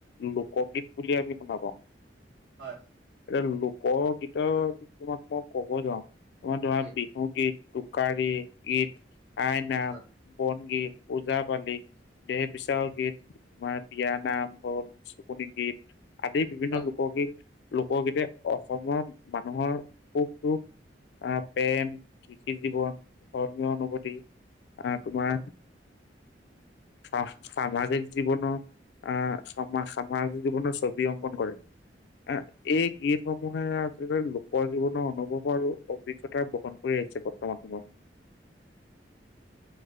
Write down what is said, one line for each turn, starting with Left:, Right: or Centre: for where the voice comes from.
Left: লোকগীত বুলি আমি শুনা পাওঁ।
Right: হয়।
Left: এ লোকগীতৰ <unintelligible> তোমাক মই ক'ব যাওঁ তোমাৰ ধৰা
Right: উম
Left: <unintelligible> বহু গীত, টোকাৰী গীত, আইনাম,
Right: হয়
Left: বনগীত ওজা-পালি দেহ বিচাৰৰ গীত। তোমাৰ বিয়া নাম হ'ল নিচুকণি গীত আদি বিভিন্ন
Right: হয়
Left: লোকগীত লোকগীতে অসমৰ মানুহৰ সুখ-দুখ আহ পেম, কৃষি-জীৱন, ধৰ্মীয় অনুভূতি আহ তোমাৰ
Right: হয়।
Left: আহ সামাজিক জীৱনত আহ সামা সামাজিক জীৱনত ছবি অংকন কৰে। <unintelligible> এই গীতসমূহে <unintelligible> লোকৰ জীৱনৰ অনুভৱ আৰু অভিজ্ঞতা বহন কৰি আহিছে তোমাক- তোমাক